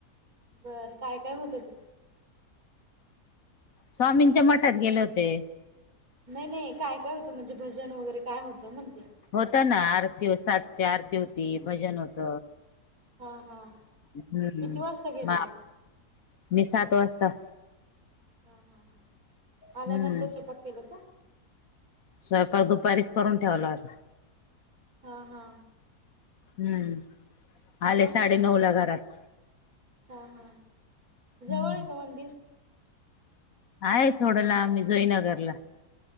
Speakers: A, on the right; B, on the left.
A: बरं काय काय होत तीथं?
B: स्वामींच्या मठात गेले होते.
A: नाही नाही काय काय होतं म्हणजे भजन वगैरे काय होतं म्हटल.
B: होत ना आरती सातची आरती होती भजन होत
A: हा हा
B: हम्म
A: किती वाजता गेलेलं?
B: म मी सात वाजता.
A: हा हा हा
B: हम्म
A: आल्या नंतर स्वयंपाक केलं का?
B: स्वयंपाक दुपारीच करून ठेवला होता.
A: हा हा.
B: हम्म आले
A: मग?
B: साडेनऊ ला घरात.
A: हा हा
B: हम्म
A: जवळ आहे का मंदिर?
B: आहे थोड्या लाबये जोईनगरला.